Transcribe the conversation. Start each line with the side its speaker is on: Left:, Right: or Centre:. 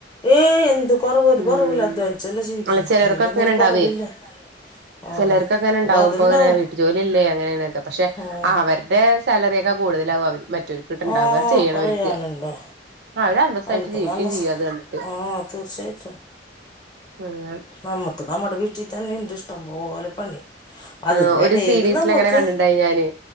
Left: ഏയ് എന്ത് കുറവ് ഒരു
Right: ഉം
Left: കുറവില്ല അധ്വാനിച്ചല്ലേ ജീവിക്കുന്നത്
Right: അല്ല ചിലർക്കങ്ങനെ
Left: ഇതിലൊന്നും ഒരു
Right: ഉണ്ടാവേ
Left: കുറവില്ല ആ
Right: ചിലർക്കങ്ങനെ ണ്ടാവും
Left: ഉവ്വ അതുണ്ടാവും
Right: അങ്ങനെ വീട്ട ജോലില്ലേ അങ്ങനൊക്കെ പക്ഷെ
Left: ആ
Right: അവര്ടെ തലവേദന കൂടുതലാകും അവരും. മറ്റൊർക്ക് ഇട്ടുണ്ടാവുക
Left: ആഹ്
Right: ചെയ്യണവർക്ക്
Left: പറയാനുണ്ടോ
Right: അവർ അന്തസായിട്ട്
Left: അവർക്ക്
Right: ജീവിക്കയും
Left: നല്ല
Right: ചെയ്യും അത് കണ്ടിട്ട്
Left: ആഹ് തീർച്ചയായിട്ടും
Right: ആഹ്
Left: നമ്മക്ക് നമ്മുടെ വീട്ടിൽ തന്നെ ഇഷ്ടം പോലെ <unintelligible> അതിന്റെ
Right: ആഹ് ഒരു
Left: ഇടയിൽ
Right: സീരീസൽ
Left: നമ്മക്ക്
Right: അങ്ങനെ കണ്ടിണ്ടായി ഞാന്